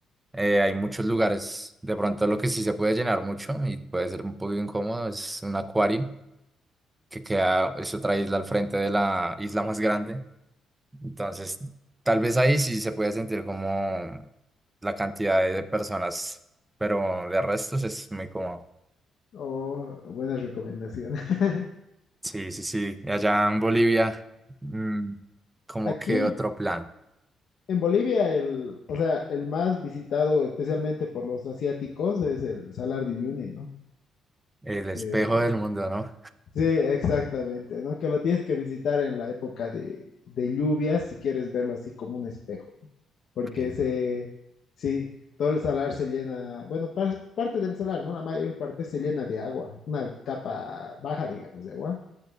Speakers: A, on the right (about 15°); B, on the left (about 65°).
A: eh, hay muchos lugares. De pronto lo que sí se puede llenar mucho y puede ser un poco incómodo es un acuario que queda, es otra isla al frente de la isla más grande. Entonces, tal vez ahí sí se puede sentir como la cantidad de de personas, pero de restos es muy cómodo.
B: O buena recomendación. <laughs>
A: Sí, sí, sí. Y allá en Bolivia, mm, como
B: Aquí
A: que
B: en,
A: otro plan,
B: en Bolivia, el, o sea, el más visitado especialmente por los asiáticos es el Salar de Uyuni, ¿no?
A: el espejo
B: Que,
A: del mundo, ¿no?
B: sí, exactamente, ¿no? Que lo tienes que visitar en la época de, de lluvias si quieres verlo así como un espejo. porque
A: Ok,
B: se, sí, todo el salar se llena, bueno, par- parte del salar, ¿no? La mayor parte se llena de agua, una capa baja, digamos, de agua.